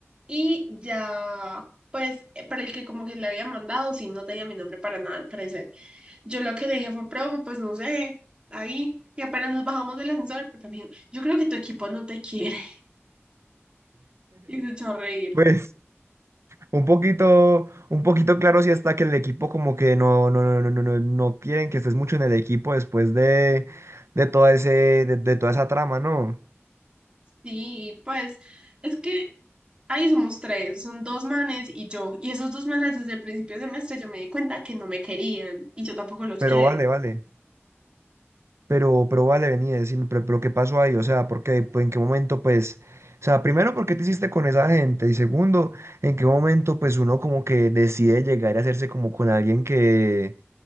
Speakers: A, on the right (about 20°); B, on the right (about 70°).
A: Y ya, pues eh, para el que como que le habían mandado, sí, no tenía mi nombre para nada al parecer. Yo lo que le dije fue, profe, pues no sé, ahí. Y apenas nos bajamos del ascensor, porque me dijo, yo creo que tu equipo no te quiere. <laughs> Y se echó a reír.
B: Pues, un poquito, un poquito claro si está que el equipo como que no, no, no, no, no, no no quieren que estés mucho en el equipo después de, de todo ese, de, de toda esa trama, ¿no?
A: Sí, pues es que Ahí somos tres, son dos manes y yo. Y esos dos manes desde el principio del semestre yo me di cuenta que no me querían y yo tampoco los
B: Pero
A: quiero.
B: vale, vale. Pero, pero vale, venía a decirme, pero, pero ¿qué pasó ahí? O sea, ¿por qué? Pues, ¿En qué momento, pues, o sea, primero, ¿por qué te hiciste con esa gente? Y segundo, ¿en qué momento, pues, uno como que decide llegar a hacerse como con alguien que,